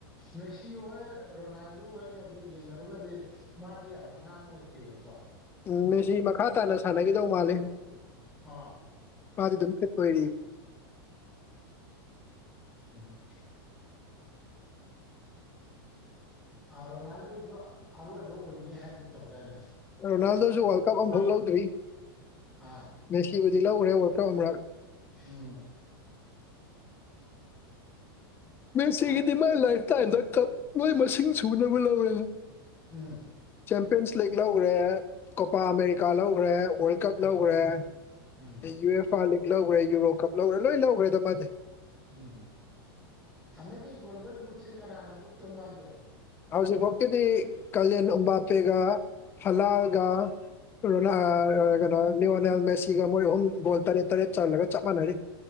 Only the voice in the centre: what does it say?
ꯃꯦꯛꯁꯤ ꯍꯣꯏ ꯔꯣꯅꯥꯜꯗꯣ ꯍꯣꯏꯒꯗꯤ ꯌꯦꯡꯅꯔꯨꯔꯒꯗꯤ ꯃꯥꯗꯤ ꯌꯥꯝ ꯑꯉꯥꯡ ꯑꯣꯏꯈꯤꯕꯀꯣ
ꯑꯥ
ꯎꯝ ꯔꯣꯅꯥꯜꯗꯣꯁꯨ ꯑꯔꯣꯏꯕ ꯑꯣꯏꯅꯤ ꯍꯥꯏꯒꯨꯝ ꯇꯧꯗꯥꯏꯅꯦ
ꯑꯥ
ꯎꯝ
ꯍꯟꯗꯛꯀꯤ
ꯎꯝ
ꯎꯝ
ꯎꯝ
ꯎꯝ ꯍꯟꯗꯛꯀꯤ ꯒꯣꯜꯗꯟ ꯐꯨꯗꯁꯦ ꯀꯅꯥꯅ ꯎꯞꯇꯧ ꯃꯥꯟꯒꯦ